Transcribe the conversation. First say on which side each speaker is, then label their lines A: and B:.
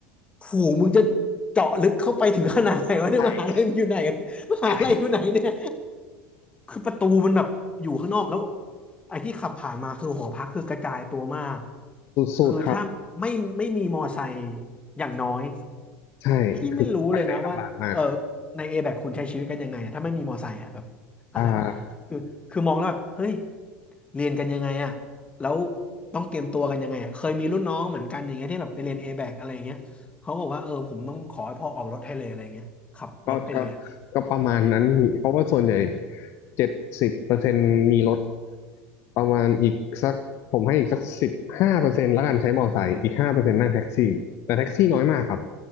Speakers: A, on the left; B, on the left.
A: หูมึงจะเจาะลึกเข้าไปถึงขนาดไหนวะเนี่ยมหาลัยมันอยู่ไหนอะมหาลัยอยู่ไหนเนี่ย
B: ใช่ใช่
A: คือประตูมันแบบอยู่ข้างนอกแล้วไอ้ที่ขับผ่านมาคือหอพักคือกระจายตัวมาก
B: สุดๆครับ
A: คือถ้าไม่ไม่มีมอไซค์อย่างน้อย
B: ใช่
A: พี่ไม่รู้เลยนะว่าเออ
B: คือลำบากมาก
A: ในเอแบคุณใช้ชีวิตกันยังไงอะถ้าไม่มีมอไซค์อะแบบอะไรวะคือคือมองแล้วแบบเฮ้ย
B: อ่า
A: เรียนกันยังไงอะแล้วต้องเตรียมตัวกันยังไงอะเคยมีรุ่นน้องเหมือนกันอย่างเงี้ยที่แบบไปเรียนเอแบอะไรอย่างเงี้ยเขาบอกว่าเออผมต้องขอให้พ่อออกรถให้เลยอะไรอย่างเงี้ยขับรถไปเรียน
B: ก็ก็ก็ประมาณนั้นเพราะว่าส่วนใหญ่เจ็ดสิบเปอร์เซ็นต์มีรถประมาณอีกสักผมให้อีกสักสิบห้าเปอร์เซ็นต์แล้วกันใช้มอไซค์อีกห้าเปอร์เซ็นต์นั่งแท็กซี่ แต่แท็กซี่น้อยมากครับ